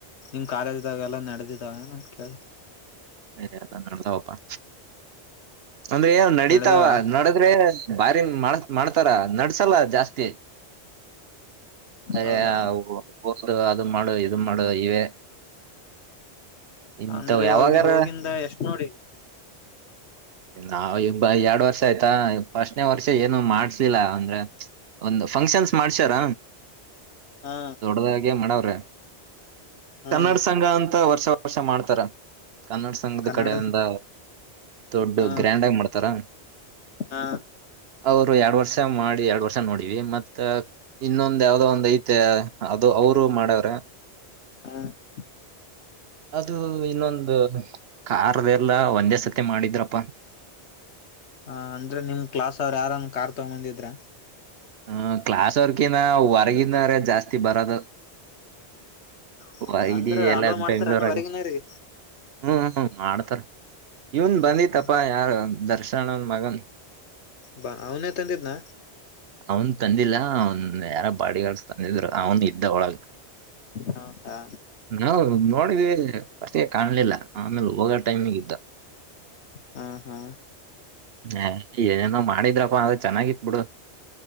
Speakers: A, on the left; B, on the right.
A: ನಿಮ್ ಕಾಲೇಜದಾಗೆಲ್ಲಾ ನಡೆದಿದಾವ ನನ್ ಕೇಳ್ದೆ.
B: <inaudible> ಅ ಅದ ನಡತಾವಪ್ಪಾ ಅಂದ್ರೆ ಏ ನಡತಾವ
A: ನಡ್ದಾವ
B: ನಡದ್ರೆ. ಬಾರಿ ಮಾಡಡ್ ಮಾಡ್ತರ ನಡ್ಸಲ್ಲ ಜಾಸ್ತಿ. ಅಯ್ಯ
A: ಹೌದಾ
B: ಅವ್ರು <unintelligible> ಇದು ಮಾಡು ಇದು ಮಾಡು ಇವೆ. ಇಂಥವ್
A: ಅಂದ್ರೆ ಇವಾಗ
B: ಯಾವಾಗಾರ
A: ನೀವ್ ಹೋಗಿಂದ ಎಷ್ಟ್ ನೋಡಿ.
B: ನಾವ್ ಇಬ್ಬ ಎರಡ್ ವರ್ಷ ಆಯ್ತಾ ಪಸ್ನೇ ವರ್ಷ ಏನು ಮಾಡ್ಸಿಲ್ಲ ಅಂದ್ರೆ. ಒಂದ್ ಫಂಕ್ಷನ್ಸ್ ಮಾಡ್ಸ್ಯಾರ.
A: ಹಾ
B: ದೊಡ್ಡದಾಗೆ ಮಾಡವ್ರೆ
A: ಹಾ
B: ಕನ್ನಡ ಸಂಘ ಅಂತ ವರ್ಷ. ವರ್ಷ ಮಾಡ್ತಾರ ಕನ್ನಡ ಸಂಘದ
A: ಕನ್ನಡ
B: ಕಡೆಯಿಂದ. ದೊಡ್ಡು
A: ಹಾ
B: ಗ್ರ್ಯಾಂಡ್ ಆಗ್ ಮಾಡ್ತರ
A: ಹಾ
B: ಹೌದು. ರು ಎರಡ್ ವರ್ಷ ಮಾಡಿ ಎರಡ್ ವರ್ಷ ನೋಡವಿ ಮತ್. ಇನ್ನೊಂದ ಯಾವ್ದೋ ಒಂದ್ ಐತೆ ಅದು ಅವರು ಮಾಡವ್ರೆ.
A: ಹಾ ಹ
B: ಅದು ಇನ್ನೊಂದು. ಕಾರ್ದ್ದೆಲ್ಲ ಒಂದೇ ಸತಿ ಮಾಡಿದ್ರಪ್ಪಾ.
A: ಹ ಅಂದ್ರೆ ನಿಮ್ ಕ್ಲಾಸ್ ಅವ್ರ್ ಯಾರನ ಕಾರ್ ತಗೊ ಬಂದಿದ್ರ.
B: ಹ್ಮ ಕ್ಲಾಸ್ವರ್ಕಿನ ಹೊರ್ಗಿನವ್ರೆ ಜಾಸ್ತಿ ಬರದು.
A: ಹ
B: ವೈ
A: ಅಂದ್ರೆ
B: ಡಿ ಎಲ್ಲ
A: ಅಲೋ ಮಾಡ್ತಾರ
B: ಬೆಂಗ್ಳೂರಾಗ
A: ಹೊರಗಿನವ್ರಿಗೆ
B: ಹ್ಮ್. ಮಾಡ್ತಾರ ಇವನ್
A: ಹ್ಮ
B: ಬಂದಿತಪ್ಪ
A: ಹ್ಮ
B: ಯಾರು ದರ್ಶನ್ನನ್ನೂನ್ ಮಗನ್.
A: ಬಾ ಅವನೆ ತಂದಿದ್ನ.
B: ಅವನ್ ತಂದಿಲ್ಲ ಅವನ್ ಯಾರ ಬಾಡಿಗಾಡ್ಸ್ ತಂದಿದ್ರು ಅವನು ಇದ್ದ ಒಳಗ.
A: ಹ ಹಾ
B: ನೋ <inaudible> ವೆ ಅಷ್ಟೆ ಕಾಣ್ಲಿಲ್ಲ ಆಮೇಲೆ ಹೋಗೋ ಟೈಮಿಗ್ ಇದ್ದ.
A: ಹಾ ಹಾ
B: ಹ ಏನೇನೋ ಮಾಡಿದ್ರಪ್ಪ ಅ ಚೆನ್ನಾಗಿತ್ ಬಿಡು.